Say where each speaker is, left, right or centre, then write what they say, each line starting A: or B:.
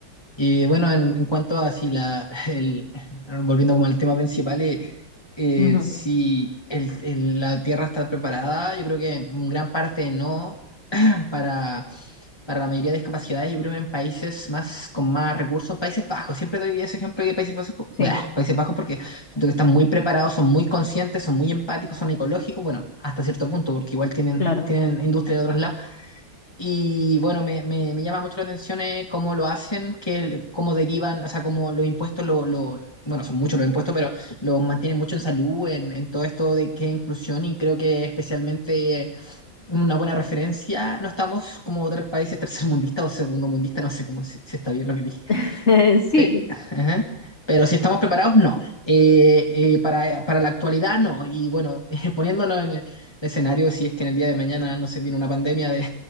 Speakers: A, on the left; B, on the left.
A: Y bueno, en, en cuanto a si la, <laughs> el, volviendo como al tema principal, eh, eh,
B: Ujú,
A: si el- el- la Tierra está preparada, yo creo que en gran parte no, para, para la mayoría de discapacidades, yo creo que en países más con más recursos, Países Bajos. Siempre doy ese ejemplo de Países Bajos, po-
B: Sí,
A: bah, Países Bajos porque siento que están muy preparados, son muy conscientes, son muy empáticos, son ecológicos, bueno, hasta cierto punto, porque igual tienen,
B: claro.
A: tienen industria de otros lados. Y bueno, me, me- me llama mucho la atención eh, cómo lo hacen, que, el- cómo derivan, o sea, cómo los impuestos lo... lo Bueno, son muchos los impuestos, pero los mantienen mucho en salud, en, en todo esto de que es inclusión y creo que especialmente una buena referencia. No estamos como otros países tercermundistas o segundomundistas, no sé cómo si, si está bien lo que dije.
B: <laughs> Sí,
A: Pe- ajá. Pero si estamos preparados, no. Eh, eh, para, para la actualidad, no. Y bueno, <laughs> eh, poniéndonos en el escenario, si es que en el día de mañana no se viene una pandemia de,